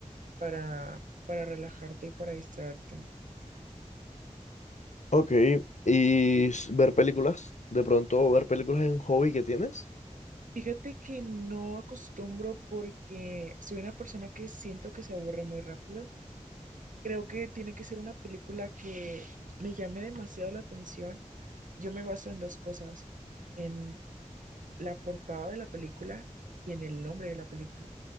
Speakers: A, on the right (about 85°); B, on the left (about 65°).
A: para, para relajarte y para distraerte.
B: Ok, ¿y s- ver películas? ¿De pronto ver películas es un hobby que tienes?
A: Fíjate que no acostumbro porque soy una persona que siento que se aburre muy rápido. Creo que tiene que ser una película que me llame demasiado la atención. Yo me baso en dos cosas, en la portada de la película y en el nombre de la película.